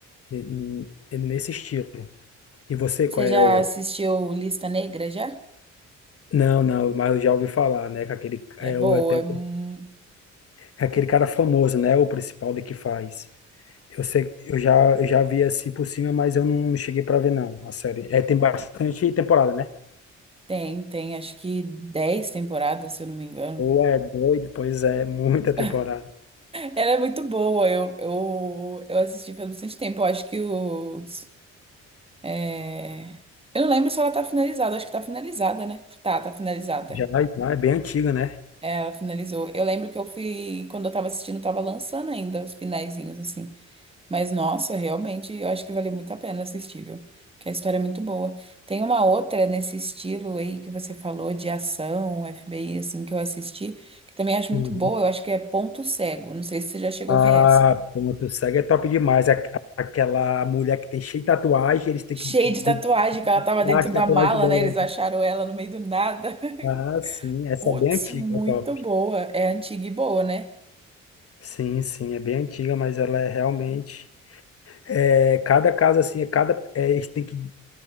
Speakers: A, on the left; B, on the right.
A: ne- nesse estilo. E você,
B: Você
A: qual
B: já
A: é o.
B: assistiu Lista Negra já?
A: Não, não, mas eu já ouvi falar, né? Que aquele,
B: É
A: é
B: boa,
A: o, é até,
B: é... mu-
A: é aquele cara famoso, né? O principal de que faz. Eu sei, eu já, eu já vi assim por cima, mas eu não cheguei pra ver não, a série. É, tem bastante temporada, né?
B: tem, tem, acho que 10 temporadas, se eu não me engano.
A: Ou é doido, pois é, muita
B: <laughs>
A: temporada.
B: Ela é muito boa, eu, eu, eu assisti faz bastante tempo, eu acho que os... é, Eu não lembro se ela tá finalizada, acho que tá finalizada, né? Tá, tá finalizada.
A: Já, já é bem antiga, né?
B: Ela finalizou. Eu lembro que eu fui, quando eu tava assistindo, eu tava lançando ainda os finalzinhos, assim. Mas, nossa, realmente, eu acho que valeu muito a pena assistir, viu? Porque a história é muito boa. Tem uma outra nesse estilo aí que você falou de ação, FBI, assim, que eu assisti, que também acho
A: Uhum.
B: muito boa. Eu acho que é Ponto Cego. Não sei se você já chegou
A: Ah,
B: a ver essa.
A: pronto, o SEGA é top demais. Aqu- Aquela mulher que tem cheio de tatuagem, eles têm
B: Cheia
A: que de-
B: de tatuagem,
A: de-
B: que ela tava dentro
A: dar as
B: da
A: tatuagens
B: mala,
A: dela.
B: né? Eles acharam ela no meio do nada.
A: Ah, sim,
B: <laughs>
A: essa
B: Putz,
A: é bem antiga,
B: muito
A: é top.
B: boa. É antiga e boa, né?
A: Sim, sim, é bem antiga, mas ela é realmente. É, cada caso, assim, é cada. É, eles têm que